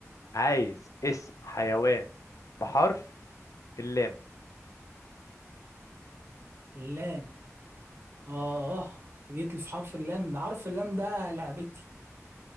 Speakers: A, on the left (about 80°); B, on the right (about 50°).
A: عايز اسم حيوان بحرف اللام
B: لام اه اه انت جيت لي في حرف اللام ده حرف اللام ده لعبتي